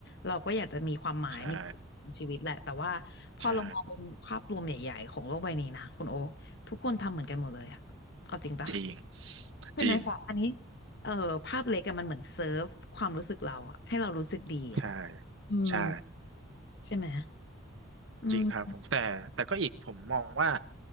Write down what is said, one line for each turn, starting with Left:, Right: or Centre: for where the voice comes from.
Left: เราก็อยากจะมีความหมายมีจุดประสงค์ของชีวิตแหละแต่ว่าพอเรามองเป็นภาพรวมใหญ่ๆของโลกใบนี้นะคุณโอ๊คทุกคนทำเหมือนกันหมดเลยอะเอาจริงปะ
Right: ใช่ใช่จริง
Left: ใช่ไหมแต่อันนี้
Right: จริง
Left: เออภาพเล็กอะมันเหมือนเซิร์ฟความรู้สึกเราอะให้เรารู้สึกดีอะ
Right: ใช่
Left: อืม
Right: ใช่
Left: ใช่ไหมอืม
Right: จริงครับผมแต่แต่ก็อีกผมมองว่า